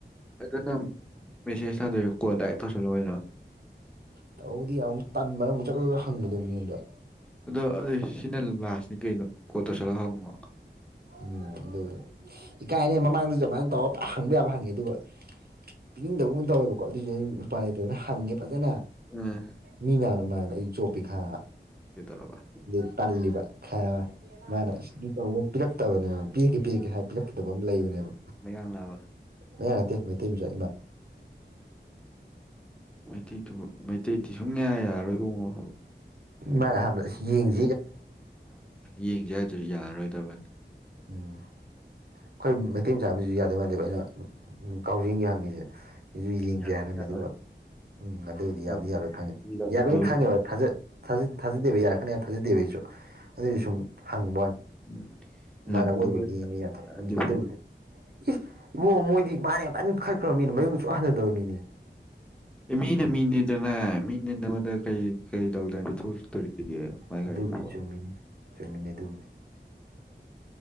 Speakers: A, in the centre; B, on the right.
A: ꯑꯗꯨ ꯅꯪ ꯃꯦꯁꯦꯖ ꯊꯥꯗꯣꯏ ꯀꯣꯜ ꯗꯥꯏ ꯇꯧꯁꯂꯨꯉꯣꯏꯅꯣ
B: ꯇꯧꯕꯗꯤ ꯑꯃꯨꯛ ꯄꯟꯕ ꯑꯃꯨꯛ ꯆꯀ ꯈ ꯍꯪꯒꯗꯣ ꯃꯤꯉꯣꯟꯗ
A: ꯑꯗꯣ ꯁꯤꯅ ꯂꯥꯁꯅꯤ ꯀꯩꯅꯣ ꯀꯣꯠ ꯇꯧꯁꯜꯂ ꯍꯪꯉꯣ
B: ꯎꯝ ꯑꯗꯨ ꯏꯀꯥꯏꯅꯦ ꯃꯃꯥꯡꯗꯁꯨ ꯑꯗꯨꯃꯥꯏꯅ ꯇꯧꯔ ꯍꯪꯕ ꯌꯥꯝꯕ ꯍꯪꯉꯤ ꯑꯗꯨꯒ ꯄꯤꯅꯤꯡꯗꯕꯒ ꯇꯧꯋꯦꯕꯀꯣ ꯑꯗꯨꯁꯨ ꯑꯩ ꯎꯄꯥꯥꯏ ꯂꯩꯇꯗꯅ ꯍꯪꯉꯦ ꯐꯖꯅ
A: ꯎꯝ
B: ꯃꯤ ꯃꯌꯥꯝꯅ ꯃ ꯑꯩ ꯆꯣꯞꯄꯤ ꯈꯥꯏꯕ
A: ꯀꯩꯗꯧꯔꯕ
B: ꯑꯗꯨꯗꯩ ꯇꯜꯂꯤꯕ ꯈꯥꯏꯕ ꯃꯥꯅ ꯇ ꯄꯤꯔꯛꯇꯕꯅꯦꯕ ꯄꯤꯔꯒꯦ ꯄꯤꯔꯛꯦ ꯍꯥꯏ ꯄꯤꯛꯗꯕ ꯑꯃ ꯂꯩꯕꯅꯦꯕ
A: ꯌꯥꯕ
B: ꯌꯥ ꯃ ꯊꯝ ꯆꯦ
A: ꯃꯩꯇꯩ ꯑꯇꯩꯗꯤ ꯁꯨꯡꯌꯥ ꯌꯥꯔꯣꯏꯕꯨꯡꯉꯣ
B: ꯃꯥꯔꯦ ꯍꯥꯏꯕ꯭ꯔ ꯌꯦꯡꯁꯤ
A: ꯌꯦꯡꯁꯦ ꯍꯥꯏꯗꯨꯁꯨ ꯌꯥꯔꯔꯣꯏꯗꯕꯅꯤ
B: ꯎꯝ ꯑꯩꯈꯣꯏ ꯃꯩꯇꯩ ꯆꯥꯕꯁꯨ ꯌꯥꯗꯦ ꯃꯥꯟꯗꯦꯕ ꯑꯩꯅ ꯀꯥꯎꯖꯤꯡꯒꯤ ꯍꯪꯉꯤꯁꯦ ꯑꯩꯁꯨ ꯌꯦꯡꯗꯦ
A: ꯌꯥꯔꯣꯏ
B: ꯍꯥꯏꯔꯝꯃꯦ
A: ꯌꯥꯔꯣꯏ
B: ꯑꯗꯨꯒ ꯎꯝ ꯑꯗꯨꯕꯨꯗꯤ
A: ꯂꯝ
B: ꯌꯥꯗꯤ ꯌꯥꯔꯣꯏ ꯈꯪꯉꯦ
A: ꯂꯝꯗꯨꯒ
B: ꯌꯥꯔꯣꯏ ꯈꯪꯉꯦꯣꯏ ꯊꯥꯖꯠꯥ ꯊꯥꯖꯗꯦꯕ ꯌꯥꯔꯛꯀꯅꯤ ꯌꯥꯝ ꯊꯥꯖꯗꯦꯕꯒꯤꯁꯨ ꯑꯗꯨꯁꯨ ꯁꯨꯝ ꯍꯪꯕ ꯋꯥꯅꯤ
A: <unintelligible>
B: ꯃꯥ
A: ꯂꯝꯗꯨꯒ
B: ꯑꯣꯏꯕꯒꯤꯅ ꯌꯥꯊꯛ
A: ꯑꯗꯨꯗꯤ
B: ꯎꯝ ꯑꯗꯨꯕꯨꯗꯤ
A: ꯐꯩ
B: ꯏꯁ ꯏꯕꯣ ꯃꯣꯏꯗꯤ ꯃꯥꯅꯦ ꯐꯟ ꯈꯠꯈ꯭ꯔꯕꯅꯤꯅ ꯃꯌꯨꯝꯗ ꯁꯨꯛ ꯍꯟꯊꯗꯕ ꯃꯤꯅꯤ
A: ꯑꯦ ꯃꯤꯅ ꯃꯤꯅꯤꯗꯅ ꯃꯤꯅ ꯅꯉꯣꯟꯗ ꯀꯩ ꯀꯩ ꯇꯧꯗꯦ ꯄꯤꯊꯣꯛꯛꯇꯣꯔꯤꯒꯦ ꯃꯥꯏ
B: ꯑꯗꯨꯕꯨꯗꯤ
A: ꯒꯥꯔꯤꯗꯨ
B: ꯆꯨꯝꯃꯤꯅꯤ ꯆꯨꯝꯃꯤꯅꯦ ꯑꯗꯨꯕꯨꯗꯤ